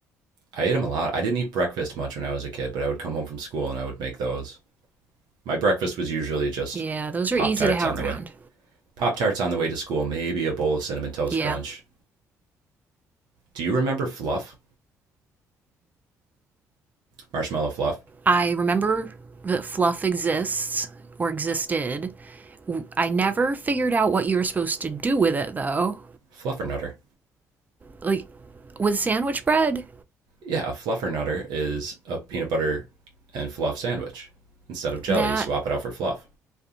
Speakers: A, on the right; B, on the right.
A: I ate them a lot. I didn't eat breakfast much when I was a kid, but I would come home from school and I would make those My breakfast was usually just
B: Yeah, those
A: Pop
B: are easy
A: Tarts
B: to have
A: on
B: around.
A: the way. Pop Tarts on the way to school, maybe a bowl of Cinnamon Toast
B: Yeah.
A: Crunch. Do you remember Fluff? Marshmallow Fluff?
B: I remember that fluff exists or existed. I never figured out what you were supposed to do with it, though.
A: Fluffernutter.
B: Like, with sandwich bread,
A: Yeah, a Fluffernutter is a peanut butter and fluff sandwich. Instead of jelly,
B: that
A: you swap it out for fluff.